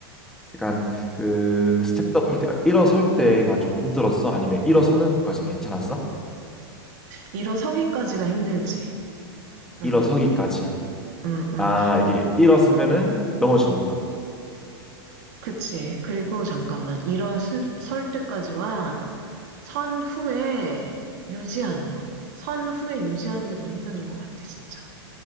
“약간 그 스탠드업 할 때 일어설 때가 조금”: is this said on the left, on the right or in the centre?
Centre